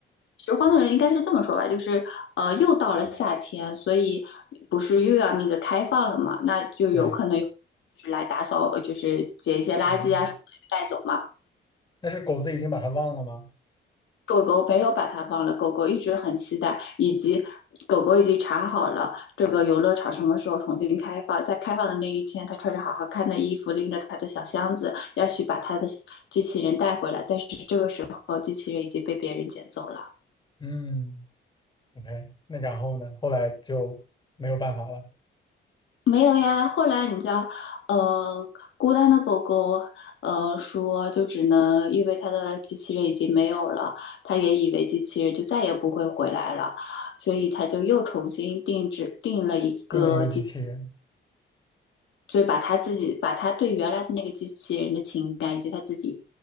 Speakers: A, on the left (about 75°); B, on the left (about 20°).
A: 拾荒的人应该是这么说吧，就是呃，又到了夏天，所以不是又要那个开放了嘛？那就有可能有
B: 对
A: 就是来打扫，呃就是捡一些垃圾啊什么的带走嘛。
B: 啊。那是狗子已经把它忘了吗？
A: 狗狗没有把它忘了，狗狗一直很期待，以及狗狗已经查好了这个游乐场什么时候重新开放，在开放的那一天，它穿着好好看的衣服，拎着它的小箱子，要去把它的机器人带回来，但是这个时候机器人已经被别人捡走了。
B: 嗯，OK，那然后呢？后来就没有办法了，
A: 没有呀，后来你知道，呃，孤单的狗狗，呃，说就只能因为它的机器人已经没有了，它也以为机器人就再也不会回来了，所以它就又重新定制定了一个机，
B: 定了一个机器人。
A: 就是把它自己把它对原来的那个机器人的情感以及它自己